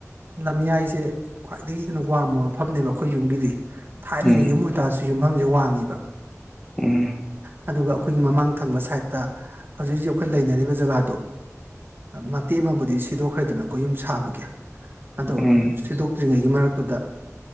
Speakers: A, on the right (about 45°); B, in the centre.
A: ꯂꯝꯌꯥꯏꯁꯦ ꯈ꯭ꯋꯥꯏꯗꯒꯤ ꯍꯦꯟꯅ ꯋꯥꯡꯕ ꯃꯐꯝꯅꯦꯕ ꯑꯩꯈꯣꯏ ꯌꯨꯝꯒꯤꯗꯤ ꯊꯥꯏꯅꯒꯤ
B: ꯎꯝ
A: ꯌꯨꯝ ꯑꯣꯏꯇꯥꯔꯁꯨ ꯌꯨꯝꯐꯝꯁꯦ ꯋꯥꯡꯉꯤꯕ
B: ꯎꯝ
A: ꯑꯗꯨꯒ ꯑꯩꯈꯣꯏꯒꯤ ꯃꯃꯥꯡ ꯊꯪꯕ ꯁꯥꯏꯠꯇ ꯍꯧꯖꯤꯛ ꯍꯧꯖꯤꯛ ꯑꯩꯈꯣꯏ ꯂꯩꯅꯔꯤꯕ ꯖꯒꯥꯗꯣ ꯃꯇꯦꯛ ꯑꯃꯕꯨꯗꯤ ꯁꯤꯗꯣꯛꯈ꯭ꯔꯦꯗꯅ ꯀ ꯌꯨꯝ ꯁꯥꯕꯒꯤ ꯑꯗꯣ
B: ꯎꯝ
A: ꯁꯤꯗꯣꯛꯇ꯭ꯔꯤꯉꯩ ꯒꯤ ꯃꯔꯛꯇꯨꯗ